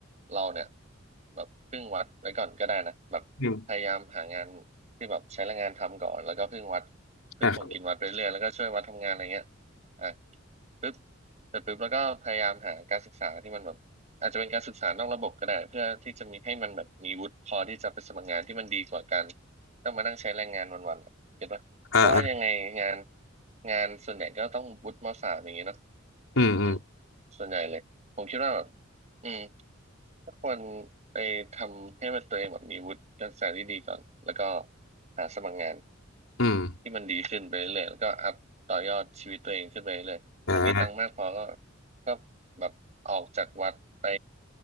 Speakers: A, on the right; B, on the left.
A: เราเนี่ยแบบพึ่งวัดไว้ก่อนก็ได้นะแบบพยายามหางาน
B: อืม
A: ที่แบบใช้แรงงานทำก่อนแล้วก็พึ่งวัดพึ่งของกินวัดไปเรื่อยแล้วก็ช่วยวัดทำงานอะไรเงี้ย
B: อ่า
A: อ่ะปึ๊บเสร็จปึ๊บแล้วก็พยายามหาการศึกษาที่มันแบบอาจจะเป็นการศึกษานอกระบบก็ได้เพื่อที่จะมีให้มันแบบมีวุฒิพอที่จะไปสมัครงานที่มันดีกว่าการต้องมานั่งใช้แรงงานวันๆอะเก็ตปะเพราะว่ายังไงงาน
B: อ่าอ่า
A: งานส่วนใหญ่ก็ต้องวุฒิมสามอย่างงี้เนอะ
B: อืมอืม
A: อืมส่วนใหญ่เลยผมคิดว่าแบบอืมถ้าควรไปทำให้มันตัวเองแบบมีวุฒิการศึกษาที่ดีก่อนแล้วก็หาสมัครงาน
B: อืม
A: ที่มันดีขึ้นไปเรื่อยแล้วก็อัพต่อยอดชีวิตตัวเองขึ้นไปเรื่อยถ้ามีตังค์มากพอก็
B: อ่า
A: ก็แบบออกจากวัดไป